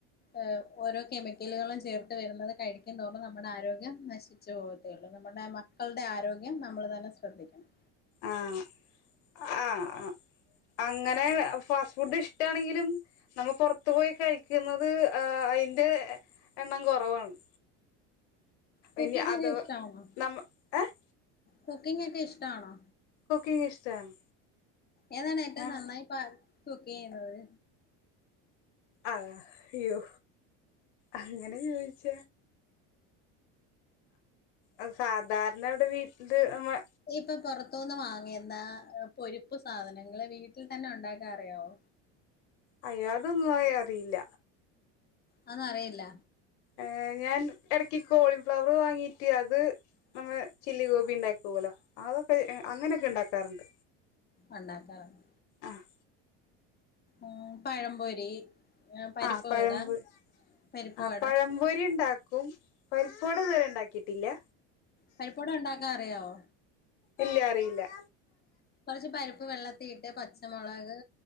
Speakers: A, on the left (about 30°); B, on the left (about 80°).
A: ഇഹ് ഓരോ കെമിക്കലുകളും ചേർത്ത് വരുന്നത് കഴി ക്കുംതോറും നമ്മടെ ആരോഗ്യം നശിച്ചു പോവത്തേയൊള്ളൂ നമ്മടെ മക്കൾടെ ആരോഗ്യം നമ്മള് തന്നെ ശ്രദ്ധിക്കണം
B: ആഹ് ആഹ് അഹ് അങ്ങനേണ ഫാസ്റ്റ് ഫുഡ് ഇഷ്ടാണെങ്കിലും നമ്മ പൊറത്ത് പോയി കഴിക്കുന്നത് ആഹ് അയിന്റെ എ എണ്ണം കൊറവാണ്
A: കുക്കിങ്ങെക്കെ
B: ഇനി അഥവാ
A: ഇഷ്ട ആന്നോ
B: നമ്മ ഏഹ്
A: കുക്കിങ്ങെക്കെ ഇഷ്ടാണോ
B: കുക്കിംഗ് ഇഷ്ടാണ്
A: ഏതാണേറ്റവും
B: ഞാൻ
A: നന്നായി പാ കുക്കെയ്യുന്നത്
B: അതെ ഇയ്യോ അങ്ങനെ ചോയിച്ച അ സാധാരണ ഇവ്ടെ വീട്ടില് നമ്മ
A: ഇപ്പ പൊറത്തൂന്ന് വാങ്ങിയെന്താ പൊരിപ്പ് സാധനങ്ങള് വീട്ടിൽ തന്നെ ഒണ്ടാക്കാൻ അറിയാവോ
B: അയ്യോ അതൊന്നും അ യേ അറിയില്ല
A: അഒന്നറിയില്ല
B: ഏഹ് ഞാൻ എടയ്ക്ക് കോളിഫ്ലവറ് വാങ്ങീട്ട് അത് നമ്മ ചില്ലി ഗോപി ഇണ്ടാക്കൂവലോ അതൊക്കെ ഏഹ് അങ്ങനെയൊക്കെ ഇണ്ടാക്കാറുണ്ട്
A: ഒണ്ടാക്കാറൊണ്
B: ആഹ്
A: ഉം പഴംപൊരി പരിപ്പ്
B: ആഹ് പഴംപൊ
A: വട പരിപ്പ്
B: ആഹ്
A: വട
B: പഴപൊരിയിണ്ടാക്കും പരിപ്പുവട ഇതുവരെ ഇണ്ടാക്കീട്ടില്ല്യ
A: പരിപ്പുവട ഉണ്ടാക്കാൻ അറിയാവോ
B: ഇല്ല്യ അറിയില്ല്യ
A: കൊറച്ച് പരിപ്പ് വെള്ളത്തിയിട്ട് പച്ചമൊളക്